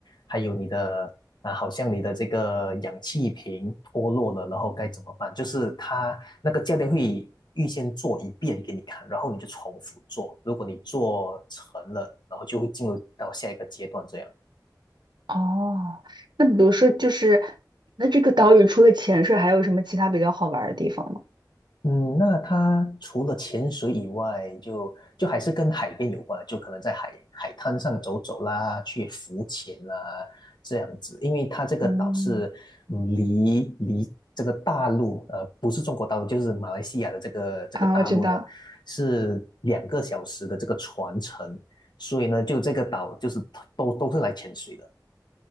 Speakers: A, on the left; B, on the right.
A: 还有你的啊，好像你的这个氧气瓶脱落了，然后该怎么办？就是他那个教练会预先做一遍给你看，然后你就重复做。如果你做成了，然后就会进入到下一个阶段这样。
B: 哦，那比如说就是那这个岛屿除了潜水还有什么其他比较好玩儿的地方吗？
A: 嗯，那它除了潜水以外，就就还是跟海边有关的，就可能在海海滩上走走啦，去浮潜啦，这样子。因为它这个岛是嗯离离这个大陆，
B: 嗯，
A: 呃，不是中国大陆，就是马来西亚的这个这个大陆呢，
B: 啊，我知道，
A: 是两个小时的这个船程，所以呢，就这个岛就是都都是来潜水的。